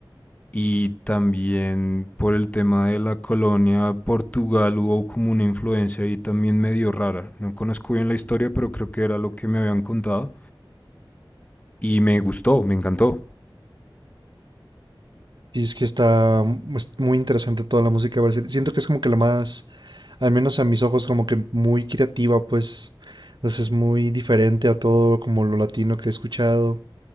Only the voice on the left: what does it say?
y también por el tema de la colonia Portugal hubo como una influencia ahí también medio rara. No conozco bien la historia, pero creo que era lo que me habían contado y me gustó, me encantó.